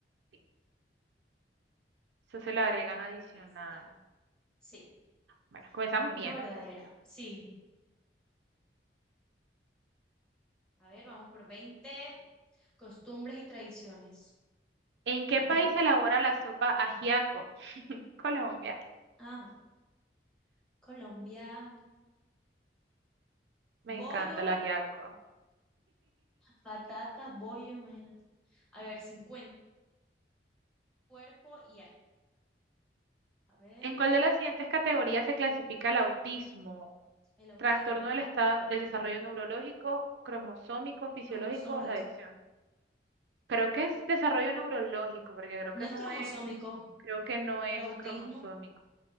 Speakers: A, on the right; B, in the centre.
A: Sí. Eso se le agregan adicional.
B: está. Sí.
A: Bueno, comenzamos
B: Bueno,
A: bien.
B: verdadera. Sí. A ver, vamos por veinte, Costumbres y tradiciones.
A: ¿En qué
B: A
A: país
B: ver.
A: se elabora la sopa ajiaco? <laughs> Colombia.
B: Ajá. Colombia.
A: Me
B: Bollo,
A: encanta el ajiaco.
B: patata, bollo, imagínate. A ver, cincuenta Cuerpo y alma. A ver,
A: ¿En cuál de las siguientes categorías se clasifica el autismo?
B: el autismo.
A: Trastorno del estado del desarrollo neurológico, cromosómico, fisiológico,
B: Cromosómico.
A: de adicción. Creo que es desarrollo neurológico, porque creo
B: No
A: que
B: es
A: no
B: cromosómico.
A: es, creo que no es
B: El autismo.
A: cromosómico.